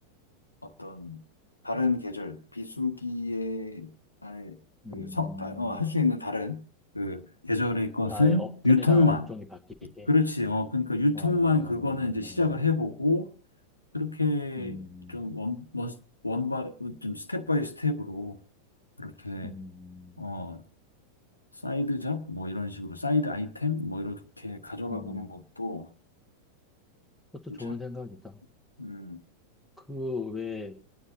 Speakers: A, on the left; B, in the centre.
A: 어떤 다른 계절 비수기에 아니
B: 음.
A: 그성어할 수 있는 다른 그 계절의 것은
B: 아예 업태랑
A: 유통만
B: 업종이 바뀌게.
A: 그렇지 어 그러니까 유통만
B: 어.
A: 그거는 이제 시작을 해보고 그렇게
B: 음.
A: 좀 원, 원, 원바, 좀 스텝 바이 스텝으로 그렇게,
B: 음.
A: 어, 사이드 잡? 뭐 이런 식으로 사이드 아이템? 뭐 이렇게 가져가
B: 음.
A: 보는 것도
B: 그것도
A: 괜찮을
B: 좋은 생각이다.
A: 것 같아. 음,
B: 그 왜